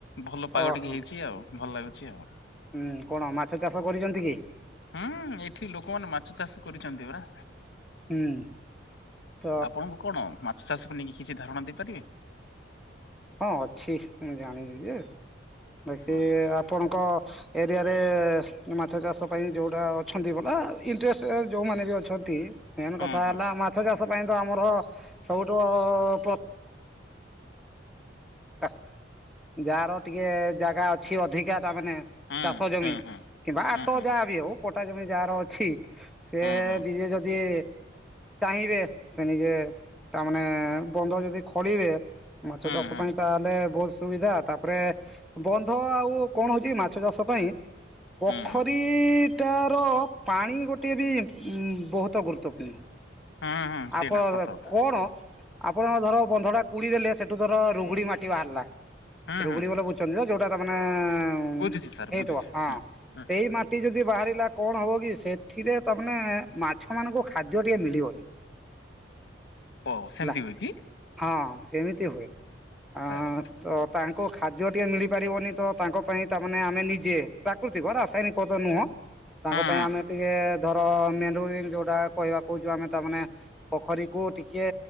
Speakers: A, on the left; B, in the centre.
A: ଭଲ ପାଗ
B: ଓହୋ
A: ଟିକେ ହେଇଛି ଆଉ ଭଲ ଲାଗୁଛି ଆଉ।
B: ହୁଁ କଣ ମାଛ ଚାଷ କରିଛନ୍ତି କି?
A: ହୁଁ ଏଇଠି ଲୋକମାନେ ମାଛ ଚାଷ କରିଛନ୍ତି ପରା।
B: ହୁଁ। ତ
A: ଆପଣଙ୍କୁ କଣ ମାଛ ଚାଷକୁ ନେଇକି କିଛି ଧାରଣା ଦେଇପାରିବେ?
B: ହଁ ଅଛି ମୁଁ ଜାଣିଛିି ଯେ ବାକି
A: ହଁ ହଁ
B: ଆପ ଆପଣଙ୍କ ଏରିଆରେ ମାଛ ଚାଷ ପାଇଁ ଯେଉଁଟା ଅଛନ୍ତି ବଲା ଇଣ୍ଟରେଷ୍ଟ ଏ ଯୋଉମାନେ ବି ଅଛନ୍ତି ମେନ
A: ହଁ
B: କଥା
A: ହୁଁ
B: ହେଲା ଆ ଅର୍ଥ ଚାଷ ପାଇଁ ତ ଆମର ସବୁଠୁ ଅ ପ ତା ଯାହାର ଟିକେ ଜାଗା ଅଛି ଅଧିକା। ତା ମାନେ
A: ହୁଁ
B: ଚାଷ ଜମି
A: ହୁଁ ହୁଁ
B: କିମ୍ବା ଆଟ
A: ହୁଁ
B: ଯାହା
A: ହୁଁ
B: ବି ହଉ ପଟା ଜମି ଯାହାର ଅଛି। ସେ
A: ହୁଁ ହୁଁ
B: ନିଜେ ଯଦି ଚାହିଁବେ ସେ ନିଜେ ତା ମାନେ ବନ୍ଧ ଯଦି ଖୋଳିବେ ମାଛ ଚାଷ
A: ହୁଁ ହୁଁ ହୁଁ
B: ପାଇଁ ତାହେଲେ ଏ ବହୁତ ସୁବିଧା ତାପରେ ବନ୍ଧ ଆଉ କଣ ହଉଛି ମାଛ ଚାଷ ପାଇଁ ପୋଖରୀଟାର
A: ହୁଁ ହୁଁ ହୁଁ
B: ପାଣି ଗୋଟିଏ ବି ବହୁତ ତ ଗୁରୁତ୍ୱପୂର୍ଣ୍ଣ
A: ହୁଁ ହୁଁ ସେଇଟା
B: ଆପଣ
A: ସତ କଥା
B: କଣ ଆପଣ ଧର ବନ୍ଧ ଟା କୁଡି ଦେଲେ ସେଠୁ ଧର ରୁଗୁଡି ମାଟି ବାହାରିଲା
A: ହୁଁ
B: ରୁଗୁଡି
A: ହୁଁ ହୁଁ
B: ବୋ ବୁଝଛନ୍ତି <unintelligible> ଏ ହେଇଥିବ
A: ବୁଝୁଛି ସାର୍ ବୁଝୁଛି
B: ହଁ
A: ହୁଁ
B: ସେଇ
A: ହୁଁ
B: ମା ଟି ଯଦି ବାହାରିଲା କଣ ହେବ କି ସେଥିରେ ତାମାନେ ମାଛମାନଙ୍କୁ ଖାଦ୍ୟ ଟିକେ ମିଳିବନି।
A: ଓ ସେମିତି
B: ହେଲା
A: ହୁଏ କି।
B: ହଁ ସେମିତି ହୁଏ। ଆ
A: ସାର୍
B: ତ ତାଙ୍କୁ ଖାଦ୍ୟ ଟିକେ ମିଳିପାରିବନି ତ ତାଙ୍କ ପାଇଁ ତାମାନେ ଆମେ ନିଜେ ପ୍ରାକୃତିକ ରାଶାୟୀନିକ <unintelligible> ନୁହଁ ତାଙ୍କ
A: ହୁଁ
B: ପାଇଁ ଆମେ ଟିକେ ଧ ତ ମେ ଯୋଉଟା କହିବାକୁହୁଛୁ ଆମେ ତାମାନେ ପୋଖରୀକୁ ଟିକେ